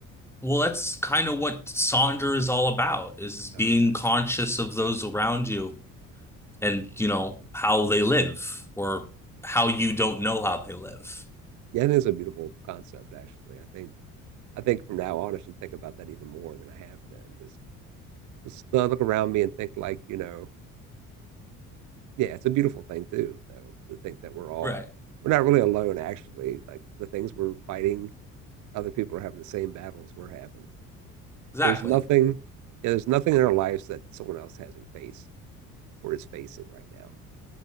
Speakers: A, in the centre; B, on the right (about 45°).
A: well, that's kind of what Sonder is all about, is being
B: Okay.
A: conscious of those around you and, you know, how they live or how you don't know how they live.
B: Yeah, I think it's a beautiful concept, actually. I think, I think from now on, I should think about that even more than I have been. Just, just uh, look around me and think like, you know, yeah, it's a beautiful thing too, though, to think that we're all,
A: Right.
B: we're not really alone, actually. Like the things we're fighting, other people are having the same battles we're having.
A: Exactly.
B: There's nothing, yeah, there's nothing in our lives that someone else hasn't faced or is facing right now.